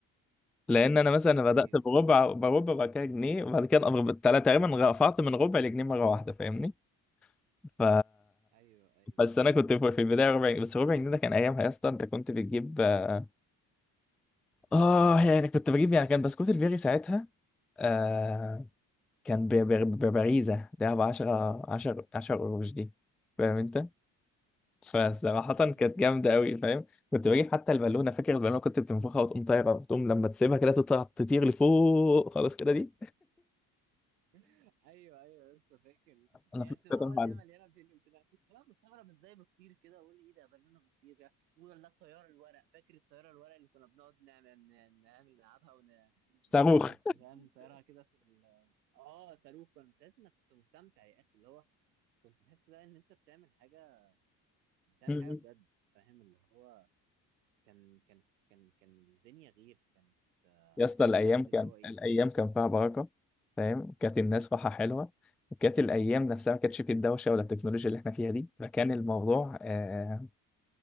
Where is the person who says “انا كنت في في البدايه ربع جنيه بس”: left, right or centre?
Centre